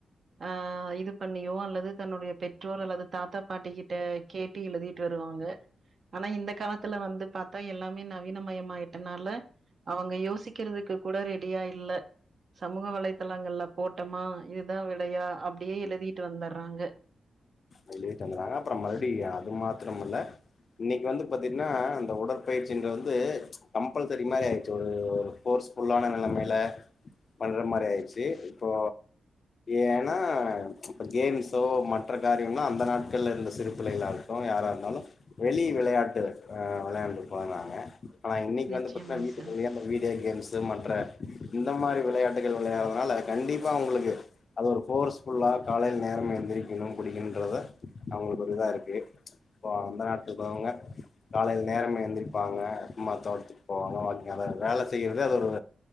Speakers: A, on the right; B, on the left.
A: ஆ இது பண்ணியோ அல்லது தன்னுடைய பெற்றோர் அல்லது தாத்தா பாட்டி கிட்ட கேட்டு எழுதிட்டு வருவாங்க ஆனா இந்த கால த்துல வந்து பாத்தா எல்லாமே நவீனமயமாயிட்டனால அவங்க யோசிக்கிறதுக்கு கூட ரெடியா இல்ல சமூக வலைதளங்கள்ல்ல போட்டமா இதுதா விலையா அப்டியே எழுதிட்டு வந்தர்றாங்க
B: சொல்லீட்டு இருந்தாங்க அப்புறம் மறுடி அது மாத்ரமல்ல இன்னிக்கு வந்து பத்தின்னா அந்த உடற்பயிற்சின்ற வந்து கம்பல்சரி மாரி ஆயிட்ச்சு ஒரு ஒரு ஃபோர்ஸ்ஃபுல்லான நெலமைல பண்ற மாரி ஆயிர்ச்சி இப்போ ஏனா கேம்ஸோ மற்ற காரியம்னா அ ந்த நாட்கள்ல இருந்த சிறு பிள்ளைகளாட்டு யாரா இருந்தாலு வெளி விளையாட்டுகள் அ வெளையாண்டு பழகுனாங்க ஆனா இன்னிக்கு
A: நிச்சயமா
B: வந்து பாத்தினா வீட்டுக்குள்யே
A: சார்
B: அந்த வீடியோ கே ம்ஸ் மற்ற இந்த மாரி விளையாட்டுகள் விளையாதனால கண்டிப்பா அவுங்குளுக்கு அது ஒரு ஃபோர்ஸ்ஃபுல்லா காலையில் நேரமா எந்திரிக்குணும் புடிக்குணுன்றத அவுங்குளுக்கு ஒரு இதாருக்கு இப்போ அந்த நாட்ல இக்றவங்க காலையில் நேரமா எந்திரிப்பாங்க ம்மா தோட்த்துக் போவாங்க வாக்கிங் அத வேல செய்யறதே அது ஒரு